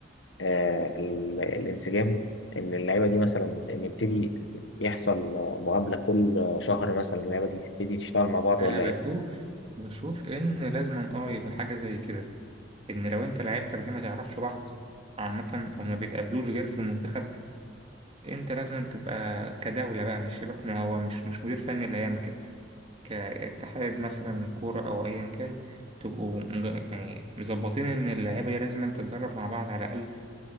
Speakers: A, on the left; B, on the right.
A: آه ال- الانسجام ان اللعيبه دي مثلا ان يبتدي يحصل آه، مقابله كل شهر مثلا اللعيبه دي تبتدي تشتغل مع بعض
B: أنا
A: ولا
B: بشوف بشوف إن لازم أه يبقى حاجة زي كده إن لو أنت لعيبتك دي ما تعرفش بعض عامة أو ما بيتقابلوش غير في المنتخب انت لازم تبقى كدولة بقى مش شبك ما هو مش مش مدير فني اللي هيعمل كده كاتحاد مثلا كورة او ايا كان تبقوا مج- يعني مظبطين ان اللعيبة دي لازم تتدرب مع بعض على الاقل